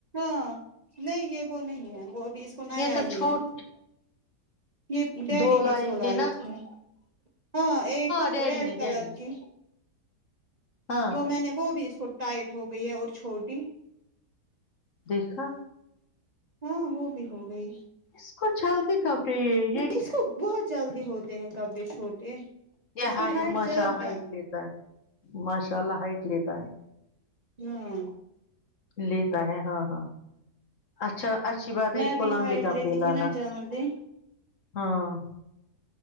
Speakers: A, on the right; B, on the left.
A: ہاں نہیں یہ وہ نہیں ہے وہ ابھی اس کو نہ
B: یہ تو
A: آئی
B: چھوٹ
A: ہے یہ ڈیڈی
B: دو لائے
A: نے اس کو
B: تھے
A: لائی
B: نا
A: تھی ہاں ایک
B: ڈیڈی
A: ریڈ
B: نے
A: کلر
B: ڈیڈی
A: کی
B: ہاں
A: وہ میں نے وہ بھی ٹائٹ ہو گئی ہے اور چھوٹی
B: دیکھا
A: ہاں وہ بھی ہو گئی
B: اس کو چلتی کبڑے یہ
A: اس کو بہت جلدی ہوتے ہیں کبڑے چھوٹے
B: یہ
A: اس
B: ہ
A: کی ہائٹ
B: یہ ماشا
A: زیادہ
B: ہائٹ لیتا ہے ماشاء اللہ ہائٹ لیتا ہے
A: ہوں
B: لیتا ہے ہاں ہاں اچھا اچھی بات ہے
A: میں
B: اس کو
A: بھی
B: لمبے
A: ہائٹ
B: کاپ
A: لیتی
B: دے لانا
A: تھی نا جلدی
B: ہاں